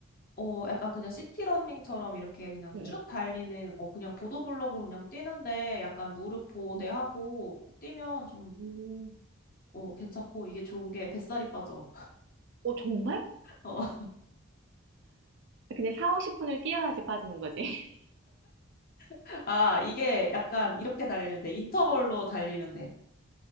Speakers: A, on the left; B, on the right.
A: 어, 약간 그냥 시티 러닝처럼 이렇게 그냥
B: 응,
A: 쭉 달리는, 어, 그냥 보도블록으로 그냥 뛰는데 약간 무릎 보호대
B: 응.
A: 하고 뛰면 좀,
B: 음.
A: 어, 괜찮고 이게 좋은 게 뱃살이 빠져.
B: 어, 정말?
A: 어,
B: 근데 4, 50분을 뛰어야지 빠지는 거지. <laughs>
A: <laughs> 아, 이게 약간
B: 어.
A: 이렇게 달리면 돼. 인터벌로 달리면 돼.